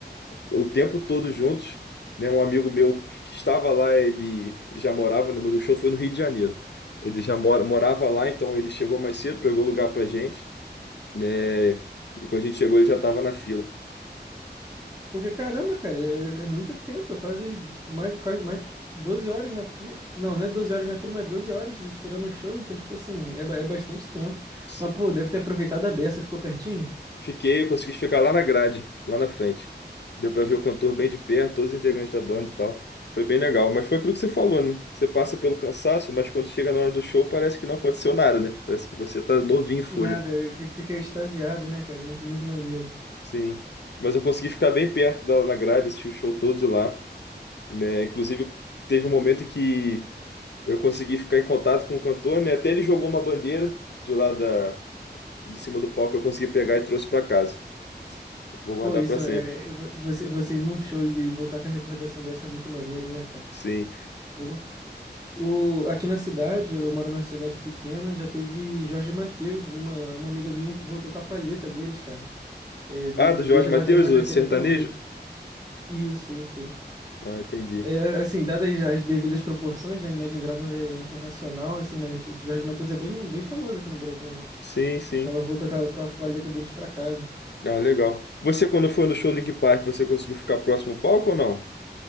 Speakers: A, on the left; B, on the right.
A: o tempo todo juntos, né? Um amigo meu que estava lá, ele já morava, né, no o show foi no Rio de Janeiro. Ele já mora, morava lá, então ele chegou mais cedo, pegou lugar pra gente, né? E quando a gente chegou, ele já estava na fila.
B: Porque, caramba, cara, é, é é muito tempo. É quase mais, quase mais 12 horas na fila. Não, não é 12 horas na fila, mas 12 horas esperando o show. Então, tipo assim, é, ba- é bastante tempo.
A: Se-
B: Mas, pô, deve ter aproveitado a beça. Ficou pertinho?
A: Fiquei, consegui ficar lá na grade, lá na frente. Deu pra ver o cantor bem de perto, todos os integrantes da banda e tal. Foi bem legal, mas foi aquilo que você falou, né? Você passa pelo cansaço, mas quando chega na hora do show, parece que não aconteceu nada, né? Parece que você tá novinho em folha.
B: Nada, fi- fica extasiado, né, cara? Muito, muito maneiro.
A: Sim. Mas eu consegui ficar bem perto da, da grade, assistir o show todo de lá, né? Inclusive, teve um momento que eu consegui ficar em contato com o cantor, né? Até ele jogou uma bandeira de lá da, de cima do palco, eu consegui pegar e trouxe para casa. Vou guardar
B: Pô, isso
A: para sempre.
B: é. Você, você ir num show e voltar com a recordação dessa é muito maneiro, né, cara?
A: Sim.
B: Pô. O, aqui na cidade, eu moro numa cidade pequena, já teve Jorge Mateus e uma, uma amiga minha voltou com a palheta deles, cara. É, de-
A: Ah, do
B: deixa
A: Jorge Mateus,
B: guardado na
A: o
B: carteira
A: de sertanejo?
B: até hoje. Isso, isso, isso.
A: Ah, entendi.
B: É, assim, dadas as devidas proporções, né? Imagine Dragons é internacional, assim, mas Jorge Mateus é bem, bem famoso aqui no Brasil, né?
A: Sim, sim.
B: Ela voltou com a, com a palheta deles pra casa.
A: Ah, legal. Você, quando foi no show do Linkin Park, você conseguiu ficar próximo ao palco ou não?